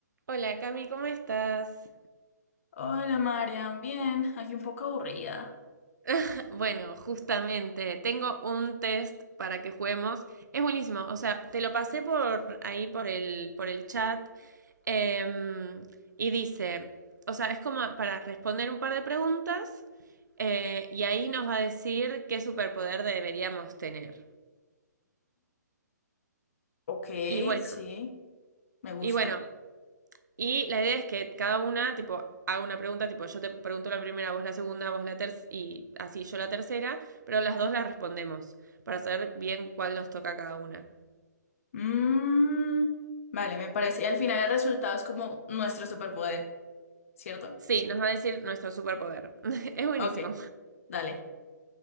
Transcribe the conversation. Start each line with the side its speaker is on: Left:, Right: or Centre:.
Right: Hola Cami, ¿cómo estás?
Left: Hola, Marian, bien, aquí un poco aburrida.
Right: <laughs> Bueno, justamente, tengo un test para que juguemos. Es buenísimo, o sea, te lo pasé por ahí por el, por el chat em, y dice, o sea, es como para responder un par de preguntas eh, y ahí nos va a decir qué superpoder deberíamos tener.
Left: Ok,
Right: Y bueno,
Left: sí, me gusta.
Right: y bueno, Y la idea es que cada una, tipo, haga una pregunta, tipo, yo te pregunto la primera, vos la segunda, vos la tercera, y así yo la tercera, pero las dos las respondemos para saber bien cuál nos toca a cada una.
Left: Mm, vale, me parece. Y al final el resultado es como nuestro superpoder, ¿cierto?
Right: Sí, nos va a decir nuestro superpoder. <laughs> Es buenísimo.
Left: Ok, dale.